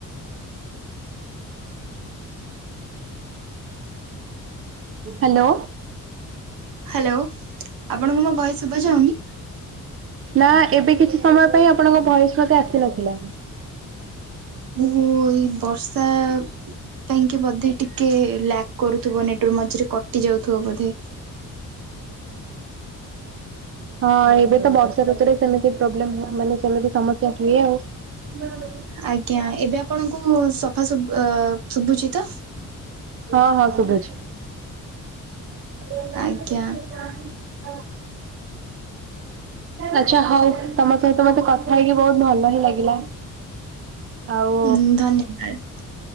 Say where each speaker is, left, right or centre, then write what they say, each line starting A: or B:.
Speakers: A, on the right; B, on the right.
A: <inaudible>
B: hello.
A: ହାଲୋ ଆପଣଙ୍କୁ ମୋ ଭୟସ ଶୁଭା ଯାଉନି?
B: ନା ଏବେ କିଛି ସମୟ ପାଇଁ ଆପଣଙ୍କ ଭୟସ ମତେ ଆସିନଥିଲା।
A: ମୁ ଏଇ ବର୍ଷା ପାଇଁକି ବୋଧେ ଟିକେ ଲା କରୁଥିବ ନେଟୱାର୍କ ମଝିରେ କଟି ଯାଉଥିବ ବୋଧେ।
B: ହଁ ଏବେ ତ ବର୍ଷା ଋତୁରେ ସେମିତି ପ୍ରୋବ୍ଲେ ମାନେ ସେମିତି ସମସ୍ୟା ହୁଏ ଆଉ। <inaudible>
A: ଆଜ୍ଞା ଏବେ ଆପଣଙ୍କୁ ସଫା ଶୁଭୁ ଅ ଶୁଭୁଚି ତ?
B: ହଁ ହଁ ଶୁଭୁଚି। <inaudible>
A: ଆଜ୍ଞା <inaudible>
B: ଆଚଛା ହଉ ତମ ସହିତ ମତେ କଥା ହେଇକି ବହୁତ ଭଲ ହିଁ ଲାଗିଲା। ଆଉ
A: ହଁ ଧନ୍ୟବାଦ।